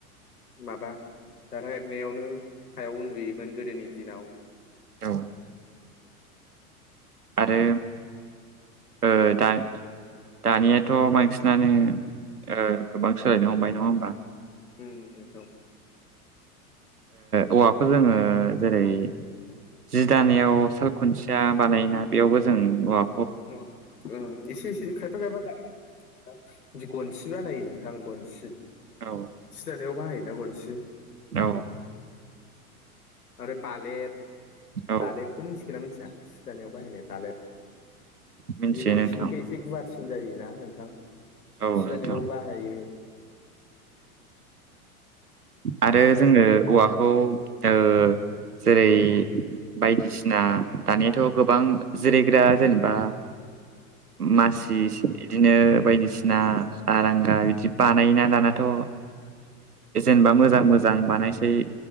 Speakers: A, on the left; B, on the right.
A: माबा दारहा एबनायावनो हायाव उन्दुयोमोन गोदोनि दिनाव।
B: औ आरो ओ दा दानियाथ' बांसिनानो ओ गोबां सोलायनो हमबाय नंङा होमबा?
A: हम नोथं
B: ओ औवाखौ जोंङो जेरै जि दानायाव साल खुन्थिया बानायोना बेयावबो जों औवा
A: उम ओ एसे एसे खायफा खायफा जानाय जि गनसि बानायो नोंथां गनसि
B: औ
A: सि दानायाव बाहायोना गनसि।
B: औ।
A: आरो बालेब
B: औ
A: बालेबखौ मिथिगोन ना मिथिया सि दानायाव बाहायनाय बालेब
B: मिथियो
A: इयो गनसेनिखुइ
B: नोंथां
A: इ बे गुवारसिन जायोना नोंथां
B: औ
A: सि
B: नोंथां
A: दानायाव बाहायो।
B: आरो
A: ओमफ्राय
B: जोङो औवाखौ ओ जेरै- बायदिसिना दानियाथ' गोबां जिरायग्रा जेनेबा मासि सि बिदिनो बायदिसिना आरांगा बिदि बानायोना दानाथ' जेनेबा मोजां मोजां बानायसै।